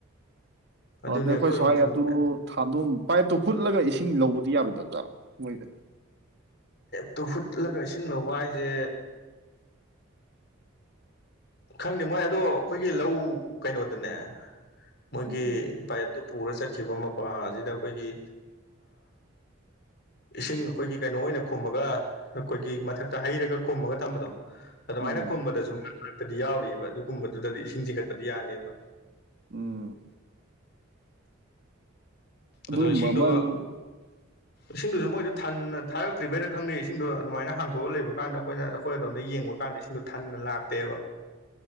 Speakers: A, on the left; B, on the right.
A: ꯑꯗꯨꯅꯦ
B: ꯑꯗꯩ ꯑꯩꯈꯣꯏ
A: ꯑꯩꯈꯣꯏꯔꯣꯝ
B: ꯁ꯭ꯋꯥꯏ
A: ꯁꯨꯝ
B: ꯑꯗꯨ ꯊꯥꯗꯝ ꯄꯥꯏꯞꯇꯨ ꯍꯨꯠꯂꯒ ꯏꯁꯤꯡ ꯂꯧꯕꯗꯤ ꯌꯥꯔꯣꯏꯗꯕ ꯖꯥꯠꯂꯣ ꯃꯣꯏꯁꯦ
A: ꯇꯨꯐꯨꯠꯂꯒ ꯏꯁꯤꯡ ꯂꯧꯕ ꯍꯥꯏꯁꯦ ꯈꯪꯗꯦ ꯃꯣꯏ ꯑꯗꯣ ꯑꯩꯈꯣꯏꯒꯤ ꯂꯧ ꯀꯩꯅꯣꯗꯅꯦ ꯃꯣꯏꯒꯤ
B: ꯎꯝ
A: ꯄꯥꯏꯞꯇꯣ ꯄꯨꯔ ꯆꯠꯈꯤꯕ ꯃꯄꯥ ꯑꯁꯤꯗ ꯑꯩꯈꯣꯏꯒꯤ ꯏꯁꯤꯡ ꯑꯩꯈꯣꯏꯒꯤ ꯀꯩꯅꯣ ꯑꯣꯏꯅ ꯈꯨꯝꯃꯒ ꯑꯩꯈꯣꯏꯒꯤ ꯃꯊꯛꯇ ꯍꯩꯔꯒ ꯈꯨꯝꯃꯒ ꯊꯝꯕꯗꯣ ꯑꯗꯨꯃꯥꯏꯅ
B: ꯎꯝ
A: ꯈꯨꯝꯕꯗꯁꯨ ꯃ ꯃꯔꯛꯇꯗꯤ ꯌꯥꯎꯔꯤꯔꯤꯕ ꯑꯗꯨꯒꯨꯝꯕꯗꯨꯗꯗꯤ ꯏꯁꯤꯡ ꯆꯤꯡꯈꯠꯄꯗꯤ ꯌꯥꯅꯦꯕ
B: ꯎꯝ ꯑꯗꯨꯒꯨꯝꯕ
A: ꯑꯗ ꯏꯁꯤꯡꯗꯣ
B: ꯑꯃ <inaudible>
A: ꯏꯁꯤꯡꯗꯨꯁꯨ ꯃꯣꯏꯗꯨ ꯊꯟꯅ ꯊꯥꯔꯛꯇ꯭ꯔꯤꯕꯩꯗ ꯈꯪꯗꯦ ꯏꯁꯤꯡꯗꯣ ꯑꯗꯨꯃꯥꯏꯅ ꯍꯥꯡꯇꯣꯛꯑ ꯂꯩꯕꯀꯥꯟꯗ ꯑꯩꯈꯣꯏꯅ ꯑꯩꯈꯣꯏ ꯑꯗꯣꯝꯗ ꯌꯦꯡꯕ ꯀꯥꯟꯗꯁꯤꯡ ꯑꯗꯨ ꯊꯟꯅ ꯂꯥꯛꯇꯦꯕ